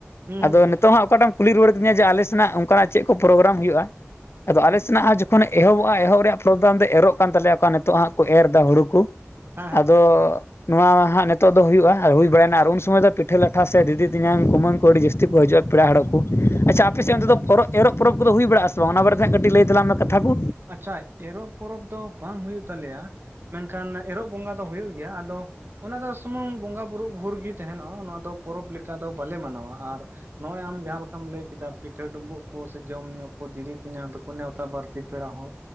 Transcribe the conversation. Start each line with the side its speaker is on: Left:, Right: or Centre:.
Right: ᱦᱩᱸ
Left: ᱟᱫᱚ ᱱᱤᱛᱚᱜ ᱦᱚᱸᱜ ᱚᱠᱟᱴᱟᱜ ᱮᱢ ᱠᱩᱞᱤ ᱨᱩᱣᱟᱹᱲ ᱠᱤᱫᱤᱧᱟ ᱡᱮ ᱟᱞᱮ ᱥᱮᱱᱟᱜ ᱚᱱᱠᱟᱱᱟᱜ ᱪᱮᱫ ᱠᱚ ᱯᱨᱳᱜᱨᱟᱢ ᱦᱩᱭᱩᱜᱼᱟ ᱟᱫᱚ
Right: ᱦᱩᱸ
Left: ᱟᱞᱮ ᱥᱮᱱᱟᱜ ᱦᱚᱸ ᱮᱦᱚᱵᱚ ᱮᱦᱚᱵᱚᱜᱼᱟ ᱮᱦᱚᱵ ᱨᱮᱭᱟᱜ ᱯᱨᱚᱜᱨᱟᱢ ᱫᱚ ᱮᱨᱚᱜ ᱠᱟᱱ ᱛᱟᱞᱮᱭᱟᱠᱚ ᱱᱤᱛᱚᱜ ᱦᱟᱸᱜ ᱠᱚ ᱮᱨ ᱮᱫᱟ ᱦᱩᱲᱩ ᱠᱚ
Right: ᱦᱮᱸ
Left: ᱟᱫᱚ
Right: ᱦᱮᱸ
Left: ᱱᱚᱣᱟ ᱦᱟᱸᱜ ᱱᱤᱛᱳᱜ ᱫᱚ ᱦᱩᱭᱩᱜᱼᱟ ᱟᱨ ᱦᱩᱭ ᱵᱟᱲᱟ ᱮᱱᱟ ᱟᱨ ᱩᱱ ᱥᱚᱢᱚᱭ ᱫᱚ ᱯᱤᱴᱷᱟᱹ ᱞᱟᱴᱷᱟ ᱥᱮ ᱫᱤᱫᱤ ᱛᱮᱧᱟᱝ ᱠᱩᱢᱟᱹᱝ ᱠᱚ ᱟᱹᱰᱤ ᱡᱟᱹᱛᱤ ᱠᱚ ᱦᱤᱡᱩᱜᱼᱟ ᱯᱮᱲᱟ ᱦᱚᱲᱚᱜ ᱠᱚ ᱟᱪᱪᱷᱟ ᱟᱯᱮ ᱥᱮᱫ ᱚᱱᱛᱮ ᱫᱚ ᱯᱚᱨᱚᱵᱽ ᱮᱨᱚᱜ ᱯᱚᱨᱚᱵᱽ ᱠᱚᱫᱚ ᱦᱩᱭ ᱵᱟᱲᱟᱜᱼᱟᱥᱮ ᱵᱟᱝ ᱚᱱᱟ ᱵᱟᱨᱮᱛᱮ ᱠᱟᱹᱴᱤᱡ ᱞᱟᱹᱭ ᱛᱟᱞᱟᱝ ᱢᱮ ᱠᱟᱛᱷᱟ ᱠᱚ
Right: ᱟᱪᱪᱷᱟ ᱮᱨᱚᱜ ᱯᱚᱨᱚᱵᱽ ᱫᱚ ᱵᱟᱝ ᱦᱩᱭᱩᱜ ᱛᱟᱞᱮᱭᱟ ᱢᱮᱱᱠᱷᱟᱱ ᱮᱨᱚᱜ ᱵᱚᱸᱜᱟ ᱫᱚ ᱦᱩᱭᱩᱜ ᱜᱮᱭᱟ ᱟᱫᱚ ᱚᱱᱟ ᱫᱚ ᱥᱩᱢᱩᱝ ᱵᱚᱸᱜᱟ ᱯᱩᱨ ᱵᱷᱳᱨ ᱜᱮ ᱛᱟᱦᱮᱱᱚᱜᱼᱟ, ᱱᱚᱣᱟ ᱫᱚ ᱯᱚᱨᱚᱵᱽ ᱞᱮᱠᱟ ᱫᱚ ᱵᱟᱞᱮ ᱢᱟᱱᱟᱣᱟ, ᱟᱨ ᱱᱚᱜᱼᱚᱭ ᱟᱢ ᱡᱟᱦᱟᱸ ᱞᱮᱠᱟᱢ ᱞᱟᱹᱭ ᱠᱮᱫᱟ ᱯᱤᱴᱷᱟᱹ ᱰᱩᱸᱵᱩᱜ ᱠᱚ ᱥᱮ ᱡᱚᱢᱧᱩ ᱠᱚ ᱫᱤᱫᱤ ᱛᱮᱧᱟᱝ ᱛᱟᱠᱚ ᱱᱮᱣᱛᱟ ᱵᱟᱹᱲᱛᱤ ᱯᱮᱲᱟ ᱦᱚᱲ